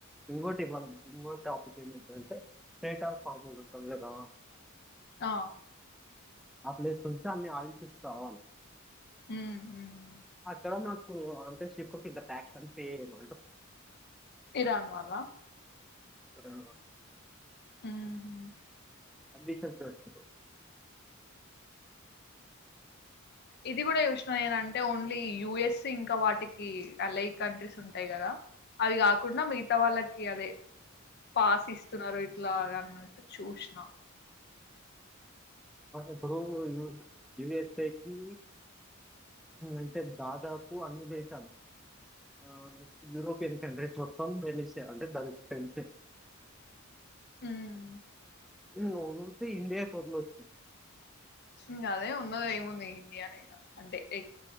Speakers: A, in the centre; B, on the left (about 50°).
A: ఇంకోటి వాళ్ళ ఇకోటి టాపిక్ ఏమింటందింటే స్ట్ ఆఫ ఫార్మోస్ ఉంటుంది కదా
B: ఆ
A: ఆలే సంస్థాన్ని ఆయుషప్ రావాల
B: ఉమ్ ఉమ్
A: అక్కడ ప్పు అంతే శిపకి ఇంద క్షన్ పేము
B: ఇరాన్ వాల్ల
A: ఆ
B: హ్మ్
A: అడ్మిషన్స్ ఎప్పుడూ
B: ఇది కూడా చూసిన ఏనంటే ఓన్లీ యుఎస్ ఇంకా వాటికి అల కంట్రీస్ ఉంటాయి కదా అవి కాకుండా మిగతా వాళ్ళకి అదే పాస్ ఇస్తున్నారు ఇట్లా అన్నట్టు చూసిన
A: ఇప్పుడు యయుఎస్ఏకి అంటే దాదాపు అన్ని దేశాలు ఆ యూరోపియన్ కంట్రీస్ మొత్తం వెలిసే అంటే దానికి టెన్తే
B: హ్మ్
A: నువ్వు వదిలితే ఇండియా కొదులోద్దు
B: ఇంక అదే ఉన్నదేముంది ఇండియానే ఇగ అంటే ఎ